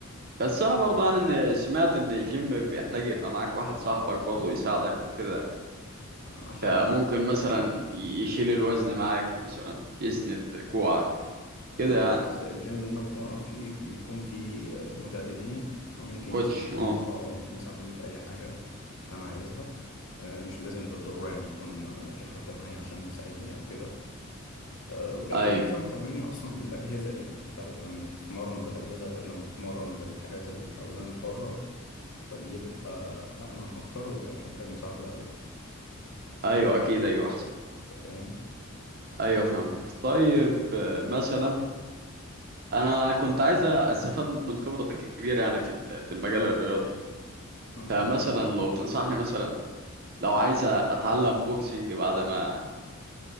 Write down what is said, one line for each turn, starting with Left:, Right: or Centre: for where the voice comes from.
Right: بس انا برضه انا إن- سمعت ان الجيم بيحتاج يبقى معاك واحد صاحبك برضه يساعدك وكده
Left: عشان
Right: فممكن
Left: ايه
Right: مثلا يشيل الوزن معاك مثلا يسند كوعك كده يعني
Left: بص الجيم اللي انا بتمرن فيه بيكون فيه آه، مدربين فممكن
Right: كوتش
Left: يساعدوني
Right: اه
Left: في- اه ممكن يساعدوني في اي حاجة انا عايزها آه، مش لازم بالضرورة يعني يكون آه، في حد معايا عشان يساعدني او كده آه، وكمان
Right: ايوه
Left: معظم تمريني اصلا بالاجهزة يعني تعرف لما تتمرن بالاجهزة غير لما تتمرن بالحاجات الاوزان الحرة فبيبقى أأمن أكتر وبيبقى مش محتاج مساعدة أوي
Right: ايوه اكيد ايوه احسن
Left: أنت فاهم؟
Right: ايوه فاهمك طيب آه، مثلا انا كنت عايز استفاد من خبرتك الكبيره يعني في ال- في المجال الرياضي
Left: اه
Right: فمثلا لو تنصحني مثلا لو عايز اتعلم بوكسنج بعد ما